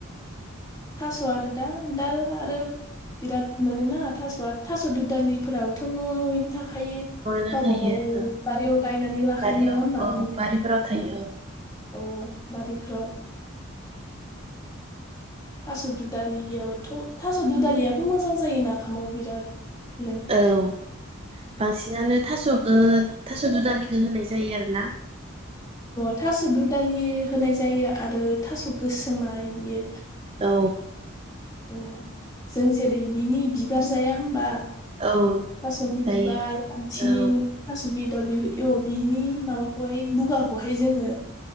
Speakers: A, on the left (about 15°); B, on the right (about 25°).
A: थास आरो दा दा आरो बिराद मोनोना थासआ थास दुदालिफोराबोथ न नयैनो थाखा खायो
B: न'आवनो
A: गावबा
B: थायो
A: गाव
B: ओं
A: बारियाव गायनानै लाखायो
B: बारियाव
A: नङा होमबा।
B: औ बारिफोराव थायो
A: औ बारिफ्राव। थास दुदालियावथ थास दुदालियाबो मोजां जायो नाफामाव बिराद नों
B: औ औ बांसिनानो थास'खौ थास' दुदालिखौ होनाय जायो आरोना
A: <inaudible> थास दुदालि होनाय जायो आरो थास गोसोमाय बियो
B: औ।
A: उम जों जेरै बिनि बिबार जाया होमबा
B: औ
A: थासनि
B: जायो
A: बिबार आथिं
B: औ
A: थास बेद दर बेबो एव बिनि माबाखौहाय बुगाखौहाय जोङो